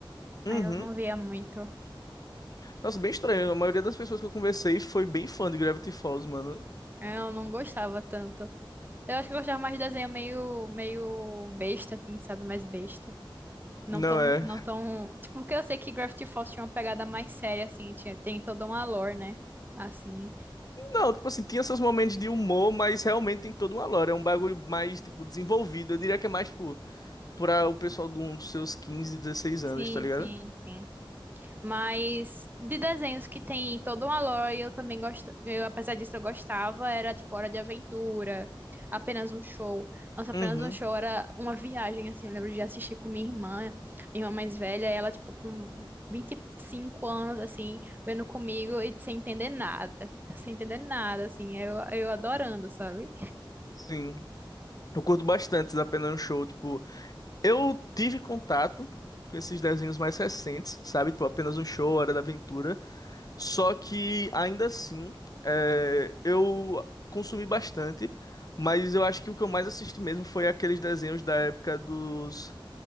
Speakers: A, on the left; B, on the right.
A: Uhum.
B: Aí eu não via muito.
A: Nossa, bem estranho. A maioria das pessoas que eu conversei foi bem fã de Gravity Falls, mano.
B: Eu não gostava tanto. Eu acho que eu gostava mais de desenho meio, meio besta, assim, sabe? Mais besta. Não
A: Não
B: tão,
A: é.
B: não tão... Tipo, porque eu sei que Gravity Falls tinha uma pegada mais séria, assim, tinha, tem toda uma lore, né? Assim.
A: Não, tipo assim, tinha seus momentos de humor, mas realmente tem toda uma lore. É um bagulho mais, tipo, desenvolvido. Eu diria que é mais, tipo, pra o pessoal de uns seus quinze dezesseis anos,
B: Sim,
A: tá ligado?
B: sim, sim. Mas de desenhos que tem toda uma lore, eu também gosto. Eu, apesar disso, eu gostava. Era tipo Hora de Aventura, apenas um show. Nossa, apenas
A: Uhum,
B: um show era uma viagem, assim. Eu lembro de assistir com minha irmã, minha irmã mais velha, e ela, tipo, com 25 anos, assim, vendo comigo e sem entender nada. Sem entender nada, assim. Eu, eu adorando, sabe?
A: sim. Eu curto bastante da Pena Show, tipo, eu tive contato com esses desenhos mais recentes, sabe? Tipo, apenas um show, Hora da Aventura. Só que ainda assim, é, eu consumi bastante, mas eu acho que o que eu mais assisti mesmo foi aqueles desenhos da época dos